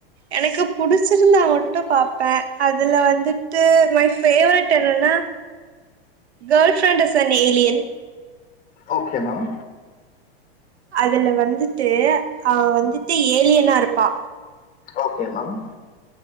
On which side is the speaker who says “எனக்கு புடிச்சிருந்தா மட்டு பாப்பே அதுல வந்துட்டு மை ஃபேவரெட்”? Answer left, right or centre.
Right